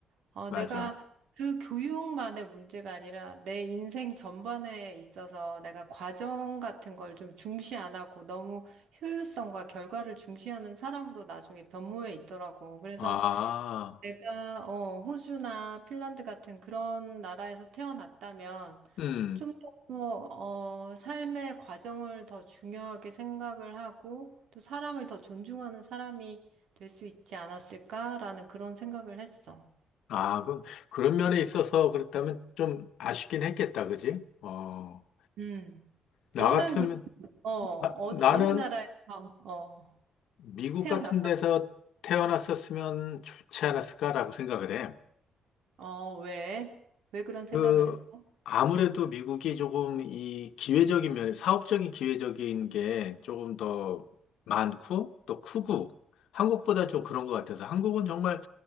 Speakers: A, on the right (about 80°); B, on the left (about 80°).
A: 어,
B: 맞아.
A: 내가 그 교육만의 문제가 아니라 내 인생 전반에 있어서 내가 과정 같은 걸 좀 중시 안 하고 너무 효율성과 결과를 중시하는 사람으로 나중에 변모해 있더라고. 그래서
B: 아,
A: 내가 어, 호주나 핀란드 같은 그런 나라에서 태어났다면
B: 음.
A: 좀 더, 어, 어, 삶의 과정을 더 중요하게 생각을 하고 또 사람을 더 존중하는 사람이 될 수 있지 않았을까라는 그런 생각을 했어.
B: 아, 그럼 그런 면에 있어서 그렇다면 좀 아쉽긴 했겠다, 그지? 어,
A: 음.
B: 나
A: 너는
B: 같으면,
A: 그, 어, 어,
B: 나, 나는
A: 어느 나라에서 어,
B: 미국
A: 태어났었어?
B: 같은 데서 태어났었으면 좋지 않았을까라고 생각을 해.
A: 어, 왜? 왜 그런 생각을
B: 그,
A: 했어?
B: 아무래도 미국이 조금 이 기회적인 면, 사업적인 기회적인 게 조금 더 많고 또 크고 한국보다 좀 그런 것 같아서 한국은 정말